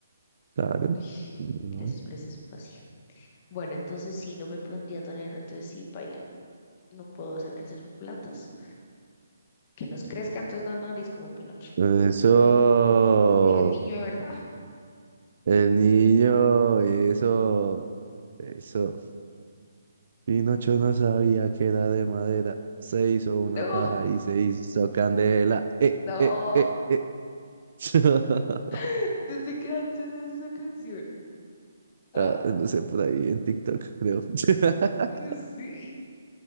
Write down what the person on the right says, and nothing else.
Claro.
No,
Eso,
el niño, eso, eso. Pinocho no sabía que era de madera. Se hizo
una
paja y se hizo candela. Eh,
eh, eh, eh. <laughs>
Ah, no sé, por ahí en TikTok, creo. <laughs>